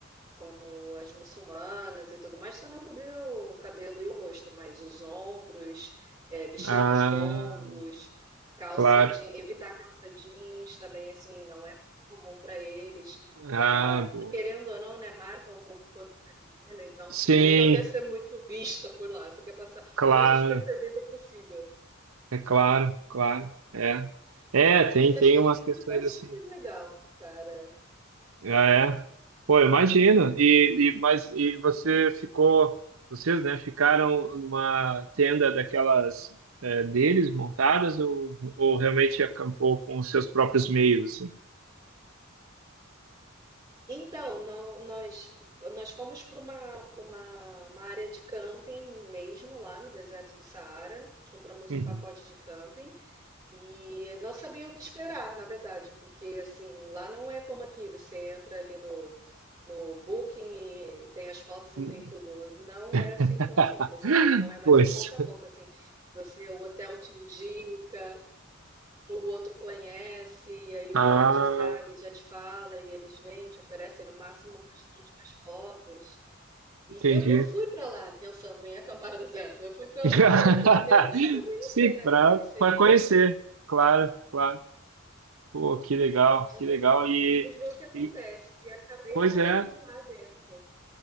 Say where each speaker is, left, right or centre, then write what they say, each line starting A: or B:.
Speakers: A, on the right; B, on the right.
A: como as muçulmanas e tudo mais, só não cobriu o cabelo e o rosto, mas os ombros, é, vestidos
B: Ah,
A: longos, calça
B: claro.
A: jeans, evitar calça jeans também, assim, não é muito comum para eles, porque
B: Ah,
A: acaba,
B: boa.
A: querendo ou não, né, marca um pouco o corpo feminino, então
B: Sim,
A: você também não quer ser muito vista por lá, você quer passar
B: claro,
A: o mais despercebido possível.
B: é claro, claro, é. É, tem,
A: Mas a
B: tem
A: experiência
B: umas questões
A: foi super
B: assim.
A: legal, cara.
B: Ah, é? Pô, eu imagino. E, e mas e você ficou, vocês, né, ficaram numa tenda daquelas é, deles montadas ou, ou realmente acampou com os seus próprios meios, assim?
A: Então, não- nós, nós fomos para uma, para uma, uma área de camping mesmo, lá no deserto do Saara. Compramos
B: Uhum.
A: um pacote de camping e não sabia o que esperar, na verdade, porque assim, lá não é como aqui, você entra ali no, no Booking e tem as fotos e
B: Hum.
A: tem tudo. Não
B: <laughs>
A: é assim tão simples, sabe? Então é mais
B: Pois.
A: um boca a boca, assim. Você, o hotel te indica, o outro conhece, e aí
B: Ah,
A: o outro já sabe, já te fala, e eles vêm, te oferecem, no máximo mostram umas fotos. E
B: entendi.
A: eu não fui pra lá pensando em acampar <laughs> no deserto. Eu fui pra
B: <laughs>
A: lá, assim, meio só pra conhecer,
B: Sim,
A: né,
B: para
A: como é que seria,
B: para conhecer,
A: e
B: claro, claro. Pô, que legal,
A: vamos,
B: que legal. E,
A: vamos ver o que acontece.
B: e
A: E acabei
B: pois
A: parando
B: é.
A: lá dentro.